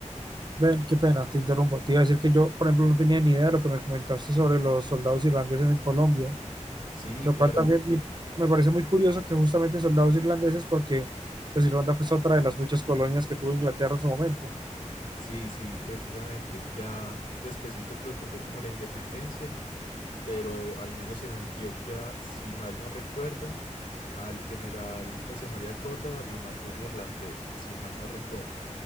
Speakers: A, on the right (about 35°); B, on the left (about 80°).
A: ven, qué pena, te interrumpo. Te iba a decir que yo, por ejemplo, no tenía ni idea de lo que me comentaste sobre los soldados irlandeses en Colombia,
B: Sí,
A: lo
B: claro.
A: cual también me, me parece muy curioso que justamente soldados irlandeses, porque pues Irlanda fue otra de las muchas colonias que tuvo Inglaterra en su momento.
B: Sí, sí, precisamente. Ya despuesito creo que fue como la independencia, pero al menos en Antioquia, si mal no recuerdo, al general José María Córdoba lo mató un irlandés, si mal no recuerdo.